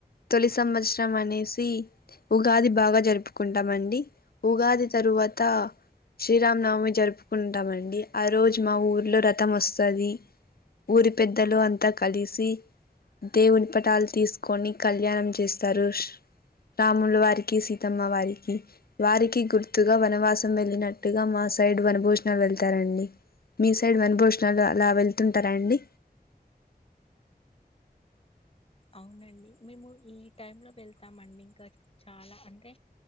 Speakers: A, on the left; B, on the left.
A: తొలి సంవత్సరం అనేసి ఉగాది బాగా జరుపుకుం టంమండి ఉగాది తరువాత శ్రీరామనవమి జరుపుకుంటామండి, ఆ రోజు మా ఊరిలో రథం వస్తది. ఊరి పెద్దలు అంతా కలిసి దేవుని పటాలు తీసుకొని కళ్యాణం చేస్తారు ష్ రాములు వారికి సీతమ్మ వారికి వారికి గుర్తుగా వనవాస్ సం వెళ్ళినట్టుగా మా సైడ్ వనభోజనాలు వెళ్తారండి మీ సైడ్ వనభోజనాలు అలా వెళ్తుంటారా అండి
B: అవునండి మేము ఈ టైం లో వెళ్తామండి ఇంకా చాలా అంటే